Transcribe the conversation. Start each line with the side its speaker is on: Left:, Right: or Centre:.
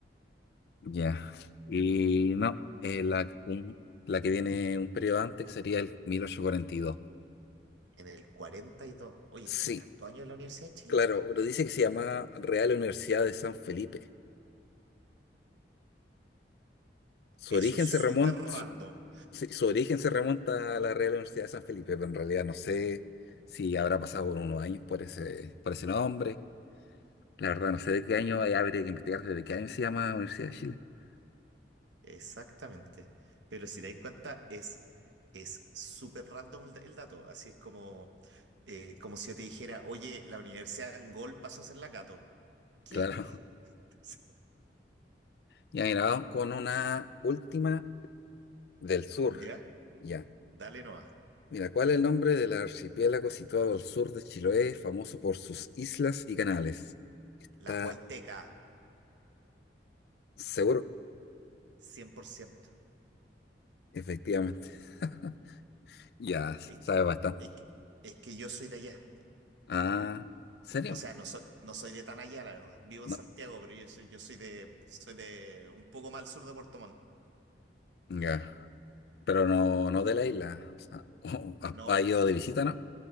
Left: Ya. Y no, eh, la, un- la que viene un periodo antes sería el mil ochocientos cuarenta y dos
Right: en el 42. Oye,
Left: Sí,
Right: tiene harto años en la Universidad de Chile,
Left: Claro,
Right: weón.
Left: pero dice que se llama Real Universidad de San Felipe. Su
Right: Eso
Left: origen
Right: es súper
Left: se remonta,
Right: random.
Left: su, sí, su origen se remonta a la Real Universidad de San Felipe, pero en realidad no sé si habrá pasado por unos años por ese, por ese nombre. La verdad, no sé de qué año, ahí habría que investigar desde qué año se llama Universidad de Chile. <laughs>
Right: Exactamente. Pero si te das cuenta, es es súper random el, el dato. Así es como, eh, como si yo te dijera, oye, la Universidad de Angol pasó a ser la Cato. ¿Qué?
Left: Claro.
Right: <laughs>
Left: Ya, mira, vamos con una última del sur.
Right: ¿Ya?
Left: Ya.
Right: Dale Noah.
Left: Mira, ¿cuál es el nombre del archipiélago situado al sur de Chiloé, famoso por sus islas y canales? Está
Right: Las Huaytecas,
Left: seguro
Right: 100%.
Left: Efectivamente. <laughs> Ya,
Right: Es
Left: sabe
Right: que,
Left: bastante.
Right: es que, es que yo soy de allá.
Left: Ah, ¿en serio?
Right: O sea, no soy, no soy de tan allá, la verdad. Vivo
Left: No,
Right: en Santiago, pero yo soy, yo soy de, soy de un poco más al sur de Puerto Montt.
Left: ya. Pero no, no de la isla. O sea, <laughs> ¿ha,
Right: No,
Left: ha ido
Right: no,
Left: de visita, no?